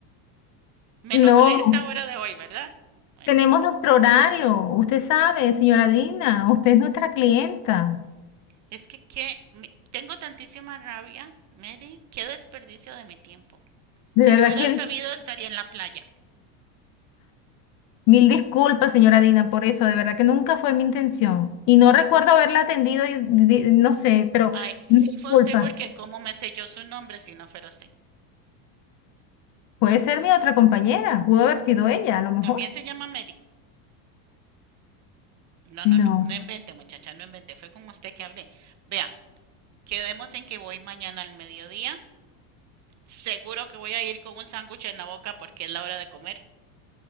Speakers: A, on the right; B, on the left.
A: menos
B: No.
A: a esta hora de hoy, ¿verdad? Bueno,
B: Tenemos nuestro horario. Usted sabe, señora Dina, usted es nuestra clienta.
A: es que, que me- tengo tantísima rabia, Mary, qué desperdicio de mi tiempo.
B: De
A: Si
B: verdad
A: yo hubiera
B: que
A: sabido estaría en la playa.
B: mil disculpas, señora Dina, por eso. De verdad que nunca fue mi intención. Y no recuerdo haberla atendido, y, di- no sé, pero
A: Ay,
B: disculpa.
A: sí fue usted porque cómo me selló su nombre si no fuera usted.
B: Puede ser mi otra compañera. Pudo haber sido ella, a lo mejor.
A: También se llama Mary. No,
B: No.
A: no, no, no invente muchacha, no invente, fue con usted que hablé. Vea, quedemos en que voy mañana al mediodía seguro que voy a ir con un sándwich en la boca porque es la hora de comer.